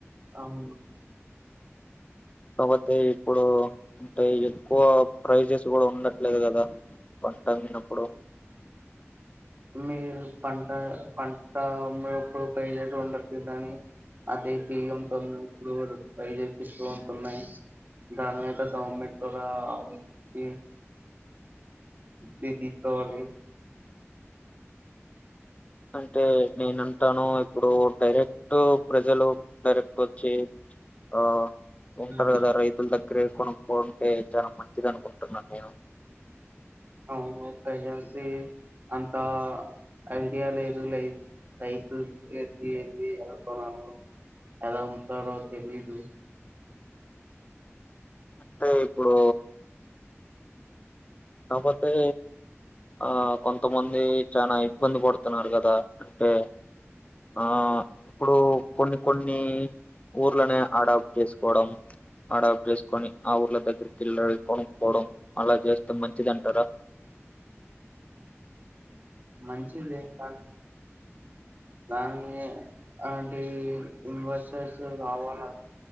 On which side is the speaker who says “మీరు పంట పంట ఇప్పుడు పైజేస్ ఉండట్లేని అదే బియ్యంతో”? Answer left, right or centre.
Right